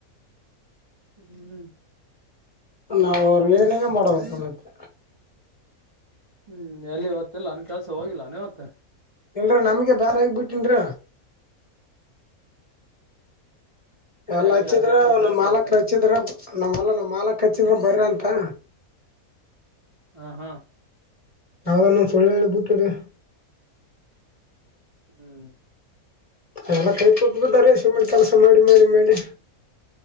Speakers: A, on the right (about 25°); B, on the left (about 25°).
A: ಹೂ
B: ನಾವು ಅವ್ರ ಏನೇಗ ಮಾಡ್ಬೇಕು ಮತ್ತೆ
A: ಹ್ಮ್ ಎಲ್ಲಿ ಇವತ್ತಿಲ್ಲನ್ನು ಕೆಲ್ಸ ಹೋಗಿಲ್ಲಾನೇವತ್ತ
B: ಇಲ್ರ ನಮಗೆ ಬ್ಯಾಡ ಹಾಗಿ ಬಿಟ್ಟಿನ್ರ ಎಲ್ಲ
A: ಹೇಗ
B: ಹಚ್ಚಿದ್ರ
A: ಅಂತ ಬರ್ ಬೇಸರ
B: ಮಾಲಕರು
A: ಆಯ್ತೇನ್
B: ಹಚ್ಚಿದ್ರ ನಮ್ಮ್ಲ್ಲ ನಮ್ಮ್ ಮಾಲಕ್ ಹಚ್ಚಿದ್ರ ಬರಂತ ತ್ತಾ
A: ಹ ಹಾ
B: ಯಾವ್ದ ನ್ ಸುಳ್ಳ ಹೇಳಿ ಬಿಟ್ಟರಿ
A: ಹ್ಮ್
B: ಎಲ್ಲ ಕೈ ಕೂಟ್ಟ ಬಿಟ್ಟಾರಿ ಸುಮ್ ಕೆಲಸ ಮಾಡಿ ಮಾಡಿ ಮಾಡಿ